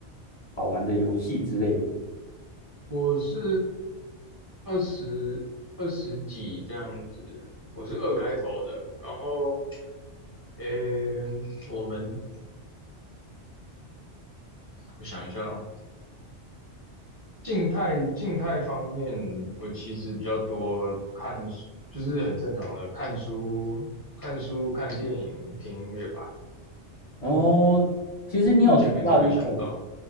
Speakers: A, on the left; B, on the right.
A: 好玩的游戏之类的？
B: 我是二十二十几这样子，我是二开头的。然后，嗯，我们我想一下啊，静态静态方面，我其实比较多看，就是很正常的看书、看书、看电影、听音乐吧。
A: 哦，其实你有提到一个，
B: 目前没特别想到。